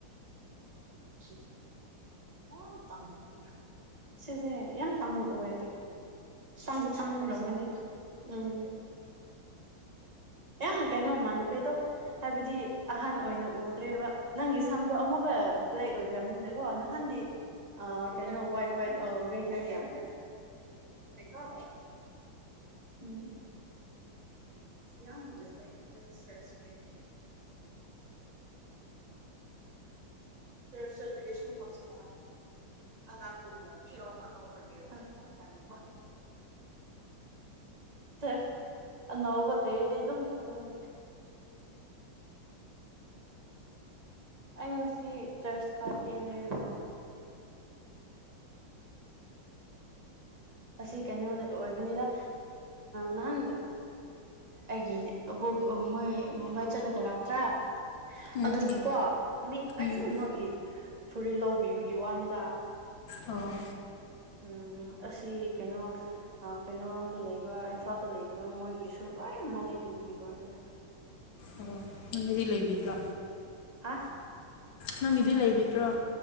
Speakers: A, on the right (about 25°); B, on the left (about 65°).
A: <unintelligible> ꯌꯥꯝ ꯇꯟꯂꯦ ꯁꯤꯁꯦ ꯌꯥꯝ ꯇꯥꯡꯅ ꯎꯏꯌꯦ ꯇꯥꯡꯁꯨ ꯇꯥꯡꯉꯔꯝꯒꯅꯤ ꯎꯝ ꯌꯥꯝ ꯀꯩꯅꯣ ꯃꯥꯥꯟꯈ꯭ꯔꯦꯗꯣ ꯍꯥꯏꯕꯗꯤ ꯑꯍꯟ ꯑꯣꯏꯅ ꯎꯗ꯭ꯔꯦꯕ ꯅꯪꯒꯤ ꯁꯝꯗꯣ ꯑꯃꯨꯛꯀ ꯕ꯭ꯂꯦꯛ ꯑꯣꯏ ꯈ꯭ꯔꯕꯅꯤꯅꯀꯣ ꯅꯍꯥꯟꯗꯤ ꯑ ꯀꯩꯅꯣ ꯋꯥꯏꯠ ꯋꯥꯏꯠ ꯦ ꯍꯥꯏꯅ ꯀ ꯎꯝ ꯌꯥꯝ ꯍꯧꯖꯦꯥꯏ ꯁ꯭ꯔꯦꯁ ꯐ ꯁꯔꯗꯤꯁꯨꯁꯨ ꯑꯉꯥꯡꯒꯨꯝꯅ ꯐꯤꯔꯣ ꯑꯉꯥꯡꯔ ꯃꯅꯤ ꯁ ꯅꯣꯕꯜ ꯍꯗꯤ ꯑꯗꯨꯝ ꯈꯪꯦ ꯑꯩꯅ ꯁꯤ ꯆꯔꯁ ꯀꯥꯐꯤ ꯍꯥꯏ ꯑꯁꯤ ꯀꯩꯅꯣ ꯑꯣꯏꯕꯅꯤꯗ ꯅꯍꯥꯟ ꯑꯩꯒꯤ ꯃꯣꯏ ꯃꯨꯝꯕꯥꯏ ꯆꯠꯂꯒ ꯂꯥꯛꯇ꯭ꯔꯥ
B: ꯎꯝ
A: ꯑꯗꯨꯒꯤꯀꯣ ꯃꯤ ꯂꯅ
B: ꯎꯝ
A: ꯑꯃꯒꯤ ꯐꯨꯔꯤꯠ ꯂꯧꯕꯤꯕꯒꯤ ꯋꯥꯅꯤꯗ
B: ꯑꯣ
A: ꯎꯝ ꯑꯁꯤ ꯑꯁꯤ ꯀꯩꯅꯣ ꯀꯩꯅꯣꯣꯔꯣꯝꯗ ꯂꯩꯕ ꯏꯝꯐꯥꯜꯗ ꯂꯩꯗꯕ ꯃꯣꯏꯒꯤꯁꯨ ꯂꯣꯏꯅꯃꯛ ꯂꯩꯕꯤꯕꯒꯤꯀ ꯋꯥꯅꯤꯗ
B: ꯑꯣ ꯅꯪꯒꯤꯗꯤ ꯂꯩꯕꯤꯗ꯭ꯔꯣ
A: ꯍꯥ
B: ꯅꯪꯒꯤꯗꯤ ꯂꯩꯕꯤꯗ꯭ꯔꯣ